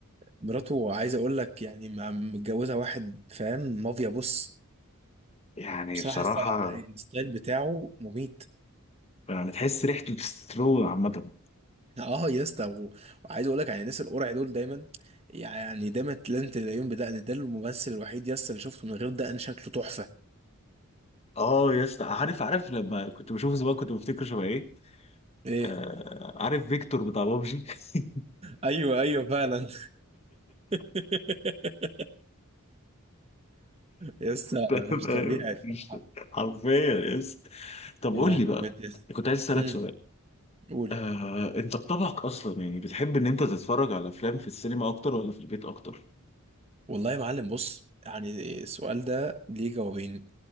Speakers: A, on the right (about 30°); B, on the left (about 30°).
A: مراته عايز اقول لك يعني ما- متجوزة واحد فاهم مافيا بص
B: يعني
A: بصراحة
B: بصراحه
A: الس- الستايل بتاعه مميت
B: يعني تحس ريحته تسترو عامه
A: اه يا اسطى و- وعايز اقول لك يعني الناس القرع دول دايما يعني دايما لازم تلاقيهم بدقن ده الممثل الوحيد يا اسطى اللي شفته من غير دقن شكله تحفه
B: اه يا اسطى عارف عارف لما كنت بشوفه زمان كنت بفتكر شبه ايه
A: ايه
B: آه عارف فيكتور بتاع بابجي <laughs>
A: ايوه ايوه فعلا <laughs> يا اسطى
B: تمام،
A: مش طبيعي بصراحه
B: مش- حرفيا يا اسطى طب قول
A: يا لهوي
B: لي بقى
A: بجد يا اسطى
B: كنت عايز اسالك
A: امم
B: سؤال
A: قول
B: آه انت بطبعك اصلا يعني بتحب ان انت تتفرج على افلام في السينما اكتر ولا في البيت اكتر
A: والله يا معلم بص يعني السؤال ده ليه جوابين